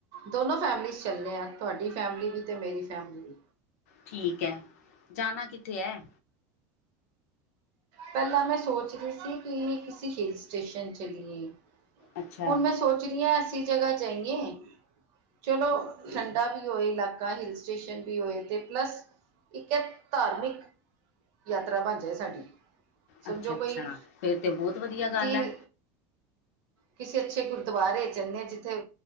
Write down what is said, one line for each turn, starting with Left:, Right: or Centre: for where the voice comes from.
Right: ਦੋਨੋ ਫੈਮਲੀਜ਼ ਚੱਲੇ ਆ ਤੁਹਾਡੀ ਫੈਮਿਲੀ ਵੀ ਤੇ ਮੇਰੀ ਫੈਮਿਲੀ ਵੀ
Left: ਠੀਕ ਐ ਜਾਣਾ ਕਿੱਥੇ ਐ?
Right: ਪੈਲਾਂ ਮੈਂ ਸੋਚ ਰਈ ਸੀ ਕਿ ਕਿਸੇ ਹਿਲ ਸਟੇਸ਼ਨ ਚਲੀਏ।
Left: ਅੱਛਾ
Right: ਹੁਨ ਮੈਂ ਸੋਚ ਰਈ ਆ ਅੱਸੀ ਜਗ੍ਹਾ ਜਾਈਏ। ਚਲੋ ਠੰਡਾ ਵੀ ਹੋਏ ਇਲਾਕਾ ਹਿੱਲ ਸਟੇਸ਼ਨ ਵੀ ਹੋਏ ਤੇ ਪਲੱਸ ਇੱਕ ਏ ਧਾਰਮਿਕ ਯਾਤਰਾ ਬਣ ਜਾਏ ਸਾਡੀ। ਸਮਝੋ
Left: ਅੱਛਾ-ਅੱਛਾ
Right: ਕੋਈ
Left: ਫੇਰ ਤੇ ਬੋਤ ਵਧੀਆ ਗੱਲ
Right: ਤੀਰ
Left: ਐ।
Right: ਕਿਸੇ ਅੱਛੇ ਗੁਰਦੁਆਰੇ ਚਲੇ ਜਿੱਥੇ